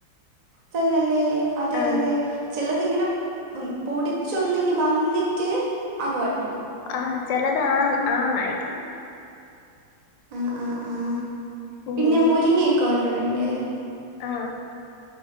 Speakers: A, on the right (about 30°); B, on the left (about 75°).
A: തെന്നെല്ലെ അതെ
B: ആഹ്
A: അതെ ചല്ലതിങ്ങനെ ഉം പൊടിച്ചൊന്നിങ്ങ് വന്നിട്ട് അങ്ങ് വട്ടു
B: ആഹ് ചെലത് ആ ആണായിരിക്കും.
A: ആഹ ആഹ് ആഹ
B: ഉം
A: പിന്നെ മുരിങ്ങയൊക്കെ ഒണ്ടോ വീട്ടില്
B: ആഹ്